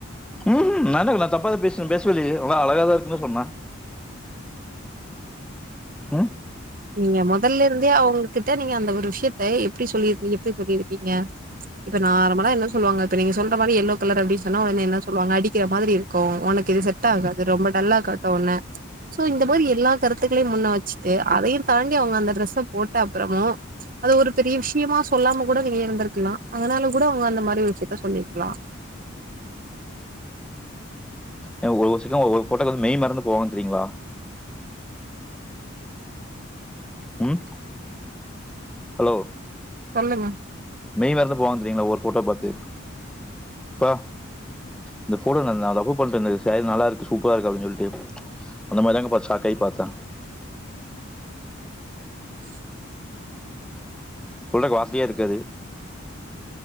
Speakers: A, in the centre; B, on the right.
A: உஹும் நான் அது தப்பாதான் பேசன பேசவே இல்லியே நா அழகாதா இருக்குனு சொன்னா உம்
B: நீங்க முதல்ல இருந்தே அவங்க கிட்ட நீங்க அந்த ஒரு விஷயத்த எப்டி சொல்லிருப்பீங்க எப்டி இப்ப சொல்லியிருப்பீங்கப இப்ப நார்மலா என்ன சொல்லுவாங்க இப்ப நீங்க சொல்ற மாதிரி எல்லோ கலர் அப்டி சொன்னா உடனே என்ன சொல்லுவாங்க அடிக்ற மாதிரி இருக்கும் உனக்கு இது செட்டாகாது ரொம்ப டல்லா காட்டும் உன்ன சோ இந்த மாதிரி எல்லா கருத்துக்ளையும் முன்னே வச்சுட்டு அதையும் தாண்டி அவங்க அந்த டிரெஸ்ஸ போட்ட அப்புறமும் அது ஒரு பெரிய விஷ்யமா சொல்லாம கூட நீங்க இருந்திருக்கலா அதனால கூட அவங்க அந்த மாதிரி விஷயத்த சொல்லிருக்லா
A: ஏங்க ஒரு வருஷ ஒரு போட்டோக்கு வந்து மெய் மறந்து போவன் தெரியுங்களா உம் ஹலோ
B: சொல்லுங்க
A: மெய் மறந்து போவேந்தெரியுங்களா ஒரு போட்டோ பாத்து ப்பா இந்த போட்டோ நா லவ்வு பண்டுந்த இந்த சேரி நல்லாருக்கு சூப்பராஇருக்கு அப்டின் சொல்ட்டு அந்த மாதிரிதாங்க ஷாக்காயி பாத்தா
B: ஷ் <inaudible>
A: சொல்றதுக்கு வார்த்தையே இருக்காது